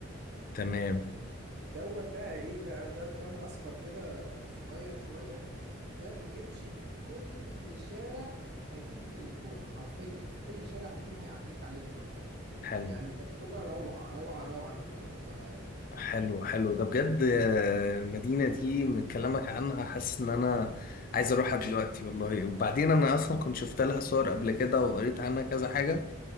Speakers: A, on the left; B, on the right.
A: تمام
B: دوت بقى ايه بقى ده ترام اصفر كده صغير شوية ده بيمشي في كل شارع قديم في لشبونة حرفيا في كل شارع قديم هيعديك عليه الترام ده
A: حلو
B: يعني تجربة روعة روعة روعة لو جربتها يعني
A: حلو حلو ده بجد آه، المدينة دي من كلامك عنها حاسس ان انا عايز اروحها دلوقتي والله وبعدين انا اصلا كنت شفت لها صور قبل كده وقريت عنها كذا حاجة